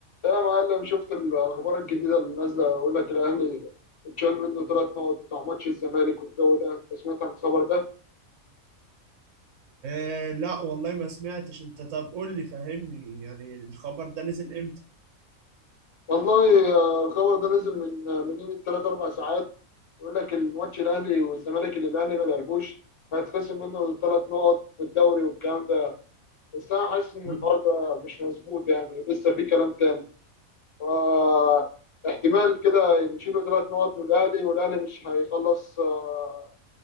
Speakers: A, on the left; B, on the right.
A: يا معلم شفت الاخبار الجديده اللي نازله يقول لك الاهلي اتشال منه ثلاث نقط بتاع ماتش الزمالك والجو ده انت سمعت عن الخبر ده
B: آه لا والله ما سمعتش انت طب قول لي فهمني يعني الخبر ده نزل امتى
A: والله آه، الخبر ده نزل من آه، من قيمه ثلاث اربع ساعات يقول لك الماتش الاهلي والزمالك اللي الاهلي ما لعبوش هيتخصم منه ثلاث نقط والدوري والكلام ده بس انا حاسس ان
B: مم.
A: الحوار ده مش مظبوط يعني لسه في كلام تاني فا احتمال كده يشيلوا ثلاث نقط من الاهلي والاهلي مش هيخلص آه،